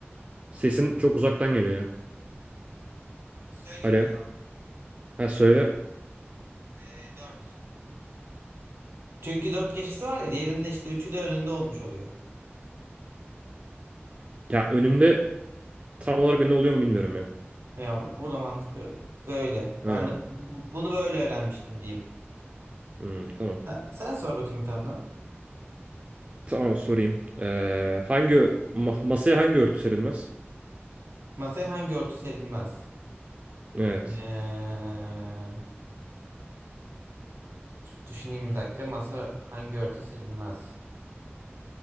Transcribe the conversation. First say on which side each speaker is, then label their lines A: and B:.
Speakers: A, on the right (about 30°); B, on the right (about 70°).
A: Sesin çok uzaktan geliyor ya.
B: Söyleyeyim
A: Alo.
B: mi cevabı?
A: Ha söyle.
B: Ee, 4. Çünkü dört köşesi var ya diğerinde işte üçü de önünde olmuş oluyor.
A: Ya önünde tam olarak önünde oluyor mu bilmiyorum ya.
B: Yani burada mantık böyle.
A: Ha.
B: Ben de bu- bunu böyle öğrenmiştim diyeyim.
A: hmm, tamam.
B: Ha, sen sor bakayım bir tane daha.
A: Tamam sorayım. Ee, hangi ma- masaya hangi örtü serilmez?
B: Masaya hangi örtü serilmez?
A: Evet.
B: Ee, düşüneyim bir dakika. Masa hangi örtü serilmez?